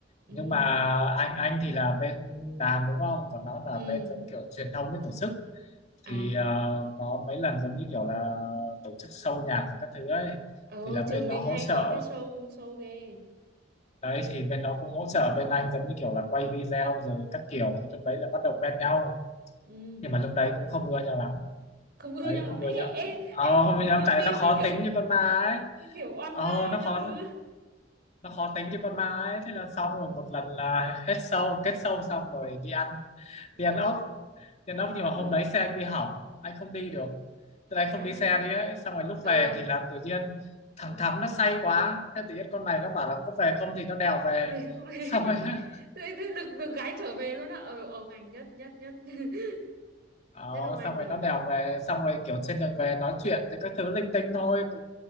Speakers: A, on the right; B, on the left.
A: ừ
B: nhưng mà anh anh thì là bên đàn đúng không còn nó là
A: ừ
B: bên giống kiểu truyền thông với tổ chức
A: à
B: thì ờ, có mấy lần giống như kiểu là tổ chức show nhạc và các thứ ấy
A: Ờ,
B: thì là bên
A: trường
B: nó
A: mình
B: hỗ
A: hay
B: trợ
A: có cái show show ghê.
B: đấy thì bên nó cũng hỗ trợ bên anh giống như kiểu là quay video rồi các kiểu thì lúc đấy là bắt đầu quen nhau
A: Ừ.
B: nhưng mà lúc đấy cũng không ưa nhau lắm
A: Không ưa
B: đấy
A: nhau lắm.
B: không
A: Ê,
B: ưa nhau
A: ê,
B: ờ
A: ê,
B: không ưa nhau
A: như
B: tại
A: phim
B: nó khó
A: đấy kiểu
B: tính như con ma ấy
A: kiểu oan
B: ờ
A: gia
B: nó khó
A: các thứ.
B: nó khó tính như con ma ấy thế là xong rồi một lần là hết sâu kết sâu xong rồi đi ăn
A: Ừ.
B: đi ăn ốc đi ăn ốc
A: Ủa
B: nhưng mà
A: bây
B: hôm
A: giờ
B: đấy xe anh bị hỏng anh không đi được từ đây
A: ai?
B: không đi xe đi ấy xong rồi lúc
A: Ờ,
B: về thì là tự nhiên thằng Thắm nó say quá thế tự nhiên con này nó bảo là có về không thì nó đèo về
A: cái về <laughs>
B: xong rồi <laughs>
A: Thế- thế được được gái trở về luôn á. Ờ, ông anh nhất nhất nhất. <laughs>
B: Đó,
A: Nhất ông anh
B: xong
A: rồi.
B: rồi nó đèo về xong rồi kiểu trên đường về nói chuyện rồi các thứ linh tinh thôi cũng